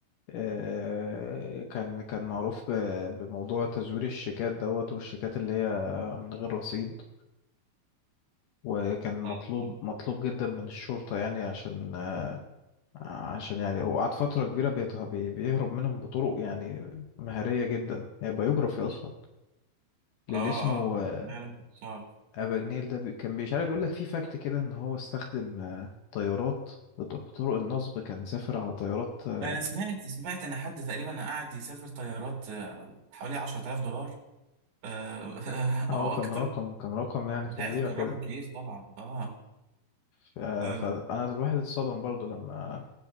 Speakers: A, on the left; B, on the right.
A: آه، كان كان معروف ب- بموضوع تزوير الشيكات دوت والشيكات اللي هي من غير رصيد وكان مطلوب
B: <laughs>
A: مطلوب جدا من الشرطة يعني عشان عشان يعني هو قعد فترة كبيرة بيت- بي- بيهرب منهم بطرق يعني مهارية جدا يعني بايوجرافي أصلا للي
B: اه
A: اسمه
B: اه
A: آه،
B: لا، انا كنت عارف
A: أباجنيل ده بي- كان مش عارف بيقول لك في فاكت كده إن هو استخدم آه، طيارات بط- بطرق النصب كان سافر على طيارات اه
B: انا سمعت سمعت ان حد تقريبا قاعد يسافر طيارات آه، حوالي 10000 دولار آه، <laughs>
A: آه،
B: او
A: كان
B: اكتر
A: رقم كان رقم يعني
B: وساعتها
A: فظيع
B: كان
A: كده
B: رقم كبير طبعا اه
A: ف- آه،
B: لا
A: فأنا
B: لا
A: الواحد اتصدم برضه لما